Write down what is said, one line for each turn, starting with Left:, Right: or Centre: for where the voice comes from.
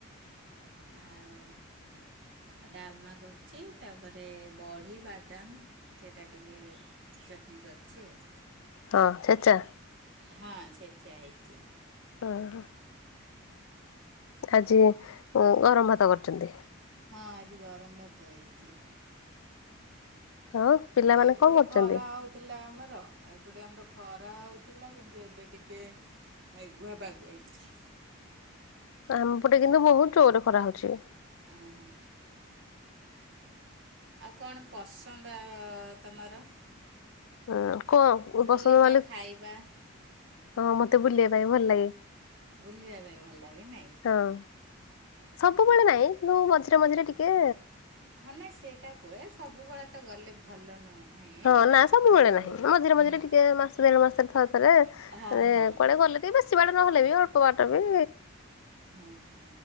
Right: ଆଉ ଆଉ ଡାଲମା କରୁଛି ତାପରେ ବଢ଼ି ବାଦାମ ସେଇଟା ଟିକେ ଚଟଣି କରିଛି ଆଉ।
Left: ହଁ ଛେଚା?
Right: ହଁ ଛେଚା ହେଇଚି।
Left: ହଁ ହ। ଆଜି ଗରମ ଭାତ କରିଛନ୍ତି?
Right: ହଁ ଆଜି ଗରମ ଭାତ ହେଇଛି।
Left: ହଁ। ପିଲାମାନେ
Right: ଏପଟେ
Left: କଣ କରୁଛନ୍ତି?
Right: ଖରା ହଉଛି ଥିଲା ଆମର ଏପଟେ ଆମର ଖରା ହେଉଥିଲା କିନ୍ତୁ ଏବେ ଟିକେ ମେଘୁଆ ପାଗ ହେଇଛି।
Left: ଆମ ପଟେ କିନ୍ତୁ ବହୁତ ଜୋରେ ଖରା ହଉଛି।
Right: ଓହୋ। ଆଉ କଣ ପସନ୍ଦ ତମର?
Left: ହ କଣ
Right: ବୁଲିବା
Left: ପସନ୍ଦ ମାନେ
Right: ଖାଇବା
Left: ହଁ ମତେ ବୁଲିବା ପାଇଁ ଭଲ ଲାଗେ।
Right: ବୁଲିବା ପାଇଁ ଭଲ ଲାଗେ ନାଇଁ?
Left: ହଁ ସବୁବେଳେ ନାଇଁ କିୁ ମଝିରେ ମଝିରେ ଟିକେ।
Right: ହଁ ନା ସେଟା କୁହେ ସବୁବେଳେ ତ ଗଲେ ଭଲ ନୁହେଁ।
Left: ହଁ ନା ସବୁବେଳେ
Right: କିନ୍ତୁ
Left: ନାହିଁ ମଝିରେ ମଝିରେ
Right: ହୁଁ
Left: ଟିକେ ମାସେ ଦେଢ ମାସରେ ଥରେ ଥରେ
Right: ହଁ
Left: ମାନେ
Right: ହଁ
Left: କୁଆଡେ
Right: ହଁ।
Left: ଗଲେ ଟିକ ବେଶୀ ବାଟ ନହେଲେ ବି ଅଳ୍ପ ବାଟ ବି
Right: ହଁ ହଁ